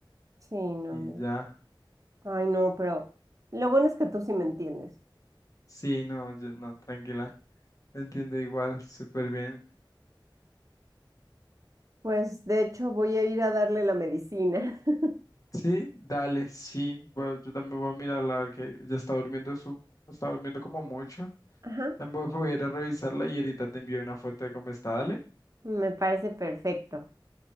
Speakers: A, on the right (about 40°); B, on the left (about 40°).
A: Sí, no,
B: y
A: no.
B: ya.
A: Ay, no, pero lo bueno es que tú sí me entiendes.
B: Sí, no, yo no, tranquila, te entiendo igual, súper bien.
A: Pues de hecho voy a ir a darle la medicina. <laughs>
B: Sí, dale, sí, bueno, yo también voy a mirarla, a ver que ya está durmiendo su, está durmiendo como mucho.
A: Ajá,
B: También voy a ir a revisarla y ahorita te envío una foto de cómo está, dale.
A: me parece perfecto.